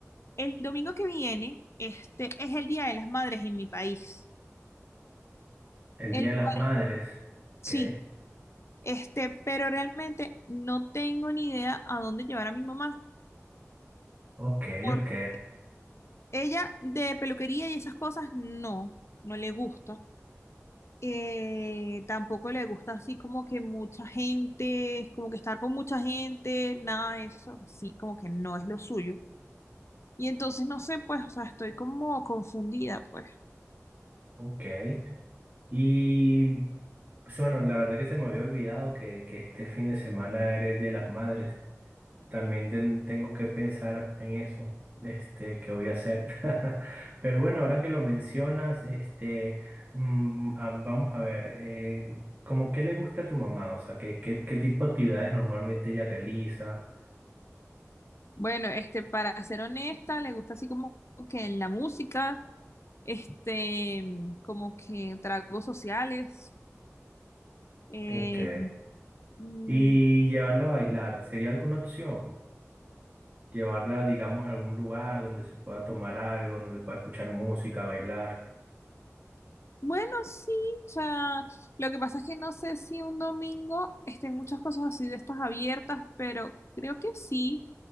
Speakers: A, on the left; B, on the right.
A: el domingo que viene, este es el Día de las Madres en mi país,
B: El
A: el
B: Día de
A: cual
B: las Madres.
A: sí,
B: Ok,
A: este, pero realmente no tengo ni idea a dónde llevar a mi mamá,
B: ok,
A: porque
B: ok,
A: ella de peluquería y esas cosas no, no le gusta. eh, tampoco le gusta así como que mucha gente, como que estar con mucha gente, nada de eso, sí, como que no es lo suyo. Y entonces no sé, pues, o sea, estoy como confundida, pues.
B: ok. Y pues, bueno, la verdad que se me había olvidado que, que este fin de semana era el Día de las Madres. También ten- tengo que pensar en eso, este, que voy a hacer. <laughs> Pero bueno, ahora que lo mencionas, este, mm, ah, vamos a ver, eh, ¿cómo qué le gusta a tu mamá? O sea, ¿qué, qué, qué tipo de actividades normalmente ella realiza?
A: Bueno, este, para ser honesta, le gusta así como que en la música, este, como que tragos sociales, eh,
B: Ok.
A: mm,
B: ¿Y llevarla a bailar? ¿Sería alguna opción? Llevarla, digamos, a algún lugar donde se pueda tomar algo, donde pueda escuchar música, bailar.
A: bueno, sí, o sea, lo que pasa es que no sé si un domingo estén muchas cosas así de estas abiertas, pero creo que sí.